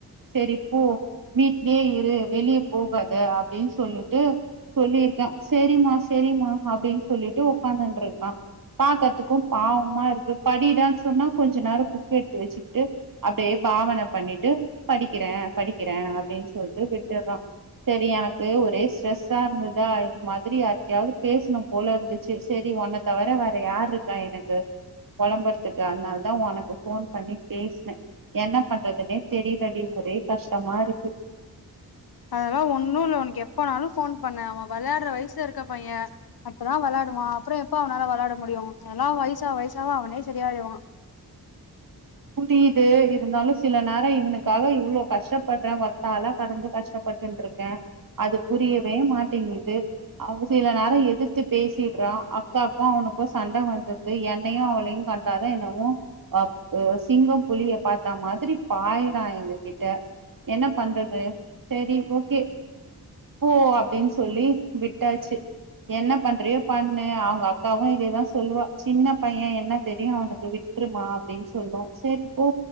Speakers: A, on the right; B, on the left.
A: சரி போ வீட்லே இரு வெளிய போகாத அப்டின் சொல்லிட்டு சொல்லியிருக்கன் செரிம்மா செரிம்மா அப்டின் சொல்லிட்டு உக்காந்துன்ருக்கா பாக்கறத்துக்கும் பாவமா இருக்கு படிடான் சொன்னா கொஞ்ச நேர புக் எடுத்து வச்சிக்கிட்டு அப்டே பாவன பண்ணிட்டு படிக்கிறன் படிக்கிறன் அப்டின் சொல்ட்டு விட்டுறா சரி எனக்கு ஒரே ஸ்ட்ரெஸ்ஸா இருந்ததா இந்த மாதிரி யார்ட்டயாவது பேசனும் போல இருந்துச்சி செரி ஒன்ன தவர வேற யார் இருக்கா எனக் கு பொளம்புறதுக்கு அதனால தா ஒனக்கு ஃபோன் பண்ணி பேசன என்ன பண்றதுன்னே தெரிலடி ஒரே கஷ்டமா இருக்கு
B: அதெல்லா ஒன்னும் இல்ல ஒனக்கு எப்பனாலு ஃபோன் பண்ணு அவன் வெளயாடற வயசுல இருக்க பையன் அப்பதா வெளாடுவா அப்றோம் எப்ப அவனால வெளாட முடியும் அதல்லா வயசாவ வயசாவ அவனே செரியாயிடுவா
A: புரியிது இருந்தாலு சில நேர இவனுக்காக இவ்ளோ கஷ்டப்படற ஒத்தாலா கடந்து கஷ்டப் பட்டுன்ருக்கே அது புரியவே மாட்டேங்கிது அவ சில நேர எதிர்த்து பேசிடுறா அக்காக்கு அவனுக்கும் சண்ட வந்துரு து என்னையு அவளையு கண்டாதா என்னமோ அப் உ சிங்கம் புலிய பாத்த மாதிரி பாயறா எங்க கிட்ட என்ன பண்றது செரி ஓகே போ அப்டின் சொல்லி விட்டாச்சி என்ன பண்றியோ பண்ணு அவுங்க அக்காவு இதேதா சொல்லுவா சின்ன பையன் என்ன தெரியு அவனுக்கு வி ட்ருமா அப்டின் சொல்லும் செரி போ